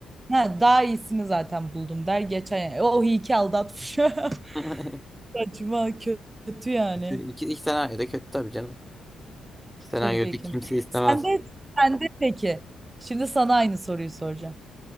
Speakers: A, on the right; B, in the centre.
A: ha, daha iyisini zaten buldum der geçen yani. O iyi ki aldatmış. <laughs>
B: <laughs>
A: Saçma kötü yani.
B: Kötü. İki, iki senaryo da kötü tabii canım. İki senaryo
A: Tabii
B: da
A: ki.
B: kimse istemez.
A: Sen de sen de peki. Şimdi sana aynı soruyu soracağım.